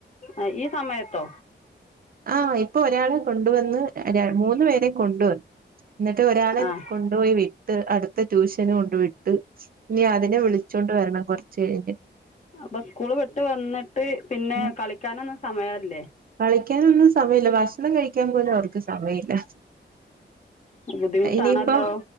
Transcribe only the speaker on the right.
ആഹ് ഇപ്പൊ ഒരാളെ കൊണ്ടുവന്ന് ര മൂന്നു പേരെ കൊണ്ടുവന്ന് എന്നിട്ട് ഒരാളെ
കൊണ്ടുപോയി വിട്ട് അടുത് ഇപ്പോ ട്യൂഷന് കൊണ്ട് വിട്ട് ഇനി അതിനെ വിളിച്ചോണ്ട് വരണം കൊറച് ശരി
ഉം
കളിക്കാനൊന്നും സമയമില്ല ഭക്ഷണം കഴിക്കാൻ പോലും അവർക്ക് സമയമില്ല
ഇനിയിപ്പം